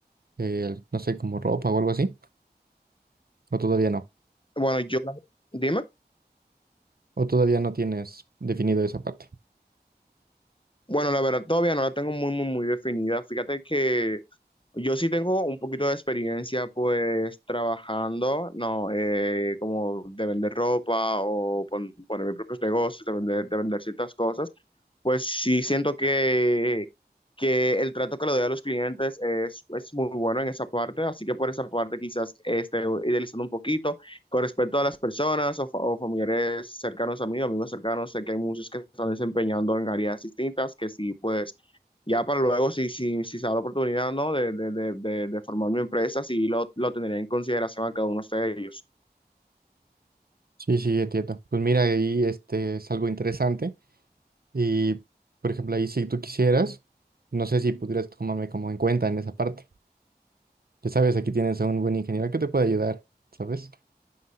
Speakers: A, on the right; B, on the left.
A: eh, no sé, como ropa o algo así, o todavía no,
B: Bueno, yo, dime.
A: o todavía no tienes definido esa parte.
B: Bueno, la verdad todavía no la tengo muy, muy, muy definida. Fíjate que yo sí tengo un poquito de experiencia pues trabajando, no, eh, como de vender ropa o pon- poner mis propios negocios, de vender, de vender ciertas cosas, pues sí siento que, que el trato que le doy a los clientes es, es muy bueno en esa parte, así que por esa parte quizás esté idealizando un poquito. Con respecto a las personas o, fa- o familiares cercanos a mí, o amigos cercanos, sé que hay muchos que están desempeñando en áreas distintas, que sí pues ya para luego, si, si, si se da la oportunidad, ¿no? De, de, de, de, de formar mi empresa, sí lo, lo tendría en consideración a cada uno de ellos.
A: Sí, sí, entiendo. Pues mira, ahí este es algo interesante y, por ejemplo, ahí si tú quisieras, no sé si pudieras tomarme como en cuenta en esa parte. Ya sabes, aquí tienes a un buen ingeniero que te puede ayudar, ¿sabes?